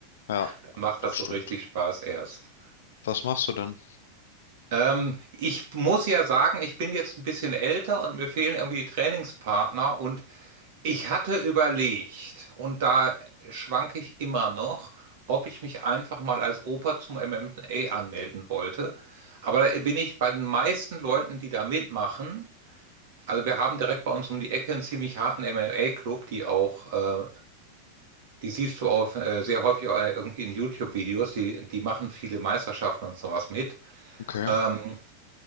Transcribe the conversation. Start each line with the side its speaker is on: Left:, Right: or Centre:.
Left: Ja,
Right: Dann macht
Left: das
Right: das so
Left: stimmt.
Right: richtig Spaß erst.
Left: Was machst du denn?
Right: Ähm, ich muss ja sagen, ich bin jetzt ein bisschen älter und mir fehlen irgendwie die Trainingspartner und ich hatte überlegt, und da schwanke ich immer noch, ob ich mich einfach mal als Opa zum MMA anmelden wollte. Aber da bin ich bei den meisten Leuten, die da mitmachen, Also wir haben direkt bei uns um die Ecke einen ziemlich harten MMA-Club, die auch, äh, die siehst du auf, äh, sehr häufig auch irgendwie in YouTube-Videos, die, die machen viele Meisterschaften und sowas mit.
Left: Okay.
Right: Ähm,